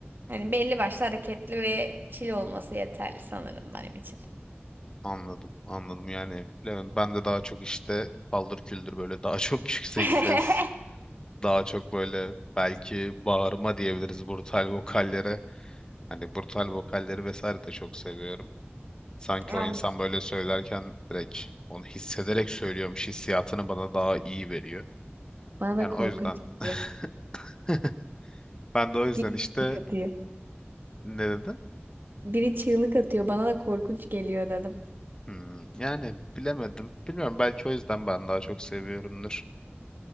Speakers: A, on the right; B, on the left.
A: Hani belli başlı hareketli ve chill olması yeterli sanırım benim için.
B: Anladım, anladım. Yani bilemedim. ben de daha çok işte paldır küldür böyle daha çok <laughs> yüksek
A: <laughs>
B: ses Daha çok böyle belki bağırma diyebiliriz brutal vokallere. Hani brutal vokalleri vesaire de çok seviyorum. Sanki
A: Anladım.
B: o insan böyle söylerken direkt onu hissederek söylüyormuş hissiyatını bana daha iyi veriyor.
A: Bana da
B: Yani
A: korkunç
B: o yüzden
A: geliyor.
B: <laughs> ben de o yüzden
A: Biri
B: işte
A: çığlık atıyor.
B: ne dedim?
A: Biri çığlık atıyor. Bana da korkunç geliyor dedim.
B: Hmm, yani bilemedim. Bilmiyorum belki o yüzden ben daha çok seviyorumdur.